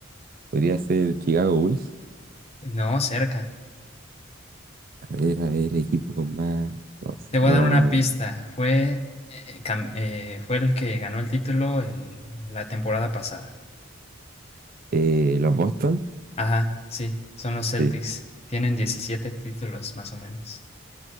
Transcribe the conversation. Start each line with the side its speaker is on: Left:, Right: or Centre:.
Right: podría ser Chicago Bulls.
Left: No, cerca.
Right: A ver, a ver, equipo con más. Los,
Left: Te voy
Right: los,
Left: a dar una pista. Fue, eh, cam- eh, fue el que ganó el título el- la temporada pasada.
Right: eh, los Boston.
Left: Ajá, sí, son los Celtics.
Right: Sí,
Left: Tienen 17 títulos, más o menos.